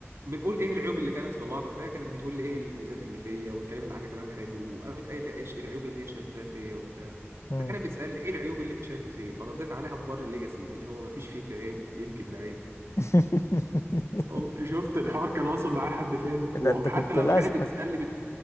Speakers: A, on the right; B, on the left.
A: بنقول ايه العيوب اللي كانت في بعض فهي كانت بتقول لي ايه الميزات اللي فيا واتكلمت عني كلام حلو وقامت قايله ايش العيوب اللي هي شايفاها فيا وبتاع
B: مم.
A: فكانت بتسالني ايه العيوب اللي انت شايفها فيا فرديت عليها ببر الليجاسي اللي هو مفيش فيك عيب يمكن ده عيب
B: <laughs>
A: والله شفت الحوار كان واصل معايا لحد فين
B: ده
A: وحتى
B: انت كنت
A: لما
B: لازقه
A: كانت بتسألني بت...